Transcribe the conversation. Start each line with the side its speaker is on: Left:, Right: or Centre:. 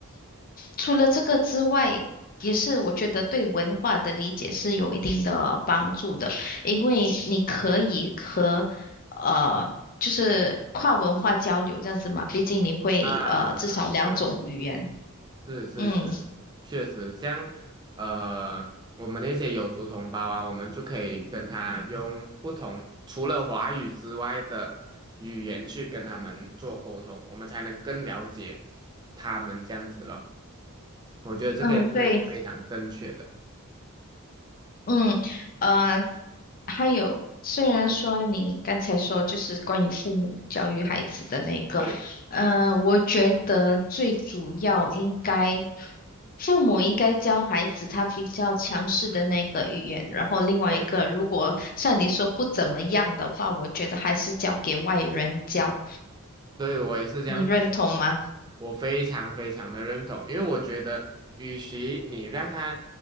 Left: 除了这个之外，也是我觉得对文化的理解是有一定的帮助的，因为你可以和呃，就是跨文化交流这样子嘛，毕竟你会呃至少两种语言。
Right: 啊，对，是是是，
Left: 嗯
Right: 确实，像呃，我们那些有族同胞啊，我们就可以跟他用不同，除了华语之外的语言去跟他们做沟通，我们才能更了解他们这样子咯。我觉得这个也是非常正确的。
Left: 嗯，对，嗯呃，还有，虽然说你刚才说就是关于父母教育孩子的那个，
Right: 对
Left: 呃，我觉得最主要应该。父母应该教孩子他比较强势的那个语言，然后另外一个，
Right: 对，
Left: 如果像你说不怎么样的话，我觉得还是交给外人教，
Right: 所以我也是这样觉得。
Left: 你认同吗？
Right: 我非常非常的认同，因为我觉得，与其你让他